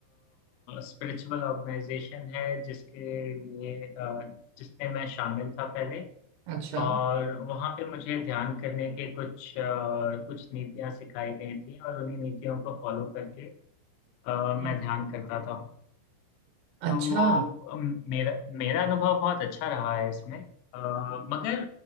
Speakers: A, on the left; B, on the right.
A: स्पिरिचुअल ऑर्गेनाइजेशन है जिसके लिए अ, जिसमें मैं शामिल था पहले
B: अच्छा
A: और वहाँ पे मुझे ध्यान करने के कुछ अ, कुछ नीतियाँ सिखाई गई थी और उन्हीं नीतियों को फॉलो करके अ, मैं
B: हम्म।
A: ध्यान करता था
B: अच्छा
A: तो वो अम, मेरा मेरा अनुभव बहुत अच्छा रहा है इसमें अ, मगर